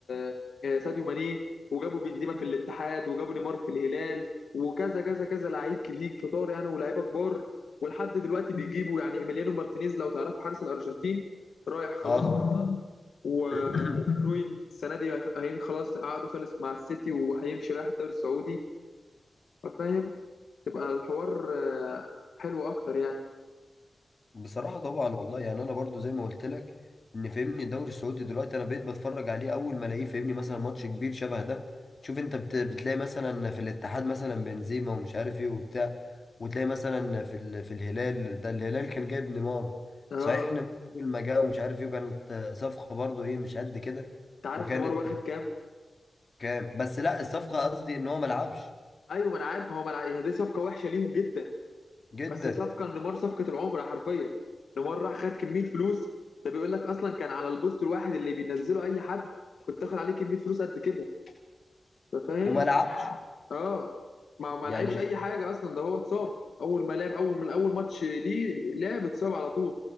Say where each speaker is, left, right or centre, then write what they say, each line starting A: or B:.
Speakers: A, on the left (about 85°); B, on the left (about 55°).
A: آه، آه، ساديو ماني وجابوا بنزيما في الاتحاد وجابوا نيمار في الهلال وكذا كذا كذا لعيب كبير كتار يعني ولاعيبه كبار ولحد دلوقتي بيجيبوا يعني ايميليانو مارتينيز لو تعرفوا حارس الارجنتين رايح خلاص
B: اه
A: اصلا
B: طبعا
A: ودي
B: <clears throat>
A: بروين السنه دي هين خلاص عقده خلص مع السيتي وهيمشي رايح الدوري السعودي فاهم تبقى الحوار آه، حلو اكتر يعني
B: بصراحة طبعا والله يعني انا برضو زي ما قلت لك ان فاهمني الدوري السعودي دلوقتي انا بقيت بتفرج عليه اول ما الاقيه فاهمني مثلا ماتش كبير شبه ده شوف انت بت... بتلاقي مثلا في الاتحاد مثلا بنزيما ومش عارف ايه وبتاع وتلاقي مثلا في ال... في الهلال ده الهلال كان جايب نيمار
A: اه
B: صحيح ان اول ما جه ومش عارف ايه وكانت صفقة برضو ايه مش قد كده
A: انت عارف
B: وكانت
A: نيمار واخد كام؟
B: كام بس لا الصفقة قصدي ان هو ما لعبش
A: ايوه ما انا عارف هو ملع... دي صفقه وحشه ليهم جدا
B: جدا
A: بس صفقه نيمار صفقه العمر حرفيا نيمار راح خد كميه فلوس ده بيقول لك اصلا كان على البوست الواحد اللي بينزله اي حد كنت تاخد عليه كميه فلوس قد كده انت فاهم
B: وما لعبش
A: اه ما ما
B: يعني
A: لعبش اي حاجه اصلا ده هو اتصاب اول ما لعب اول من اول ماتش ليه لعب اتصاب على طول